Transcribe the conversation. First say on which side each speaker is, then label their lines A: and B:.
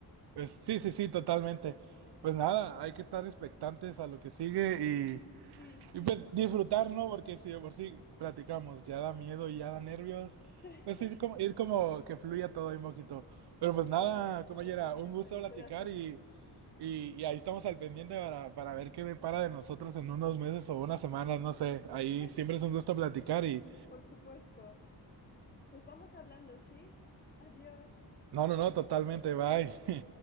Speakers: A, on the right; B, on the left.
A: Pues sí, sí, sí, totalmente. Pues nada, hay que estar expectantes a lo que sigue
B: Sí, sí,
A: Y pues
B: correcto.
A: disfrutar, ¿no? Porque si de por sí platicamos, ya da miedo y ya da nervios.
B: <laughs>
A: Pues ir como, ir como que fluya todo ahí un poquito. Pero pues
B: Totalmente,
A: nada, compañera,
B: totalmente,
A: un gusto
B: estoy
A: platicar
B: de acuerdo.
A: y, y, y ahí estamos al pendiente para, para ver qué depara de nosotros en unos meses o unas semanas, no sé. Ahí
B: <laughs>
A: siempre es un gusto platicar y...
B: Por supuesto. Pues vamos hablando, ¿sí? Adiós.
A: No, no, no, totalmente, bye.